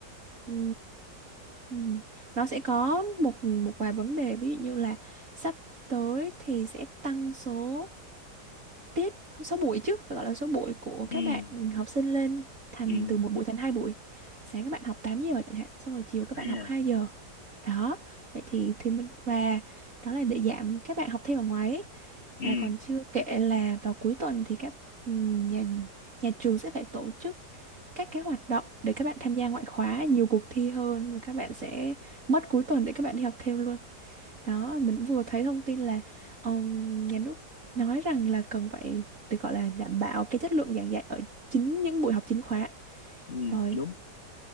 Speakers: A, on the right (about 45°); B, on the left (about 35°).
A: Ừ, ừ. Nó sẽ có một một vài vấn đề ví dụ như là sắp tới thì sẽ tăng số tiết số buổi chứ phải gọi là số buổi của các
B: Ừm,
A: bạn học sinh lên thành
B: ừm,
A: từ một buổi thành hai buổi sáng các bạn học 8 giờ chẳng hạn xong rồi chiều các
B: ấy
A: bạn học
B: à,
A: 2 giờ đó vậy thì thiên và đó là để giảm các bạn học thêm ở ngoài ấy
B: ừm,
A: và còn chưa kể là vào cuối tuần thì các ừm, nhà nhà trường sẽ phải tổ chức các cái hoạt động để các bạn tham gia ngoại khóa nhiều cuộc thi hơn và các bạn sẽ mất cuối tuần để các bạn đi học thêm luôn đó mình cũng vừa thấy thông tin là ừm, nhà nước nói rằng là cần phải được gọi là đảm bảo cái chất lượng giảng dạy ở chính những buổi học chính khóa
B: ừm,
A: rồi
B: đúng.